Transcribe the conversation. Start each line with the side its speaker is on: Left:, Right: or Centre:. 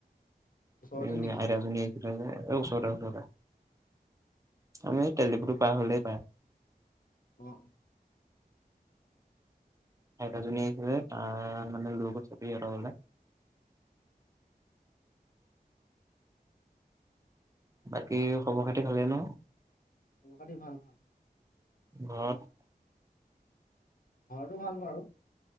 Left: ওচৰতে
Right: উম
Left: নেকি
Right: আইতা জনী ওচৰতে ওচৰতে আমি তেলডিফুটো পাৰ হলেই পায়
Left: অ
Right: আইতা জনী আহছিলে তাৰ মানে লৈগল পেহী হেত ঘৰলে বাকী খবৰ খাতি ভালেই ন?
Left: খবৰ খাতি ভাল ভাল
Right: ঘৰত
Left: ঘৰটো ভাল বাৰু